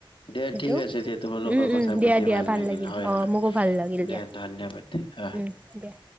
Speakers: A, on the left; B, on the right.
A: দে
B: সেইটো
A: ঠিক আছে দিয়া তোমাৰ লগত
B: উম
A: কথা
B: উম দিয়া
A: পাতি
B: দিয়া
A: ভাল লাগিল হয়
B: অ
A: হয়
B: মোকো ভাল লাগিল
A: দে
B: দিয়া
A: ধন্যবাদ অ।
B: উম দিয়া।